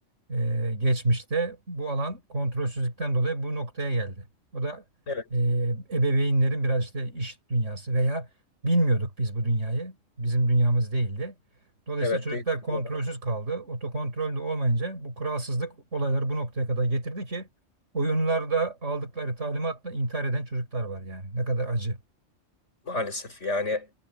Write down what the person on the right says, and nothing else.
e, geçmişte bu alan kontrolsüzlükten dolayı bu noktaya geldi. O da
e, ebeveynlerin biraz işte iş dünyası veya bilmiyorduk biz bu dünyayı. Bizim dünyamız değildi. Dolayısıyla
çocuklar
kontrolsüz
kaldı. Otokontrol de olmayınca bu kuralsızlık olayları bu noktaya kadar getirdi ki oyunlarda aldıkları talimatla intihar eden çocuklar var yani. Ne kadar acı.